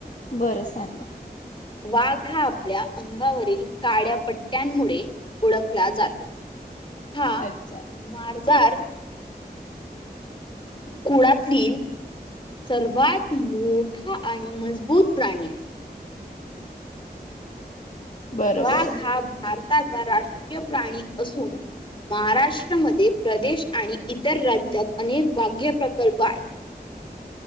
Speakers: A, on the left (about 50°); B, on the left (about 30°).
A: बरं सांगा.
B: वाघ हा आपल्या अंगावरील काड्या पट्ट्यांमुळे ओळखला जातो. हा
A: अच्छा
B: मारजार. कुळातील. सर्वात मोठा आणि मजबूत प्राणी आहे.
A: बरं
B: वा
A: बरं
B: वाघ हा भारताचा राष्ट्रीय प्राणी असून. महाराष्ट्रामध्ये प्रदेश आणि इतर राज्यात अनेक वाघ्य प्रकल्प आहेत.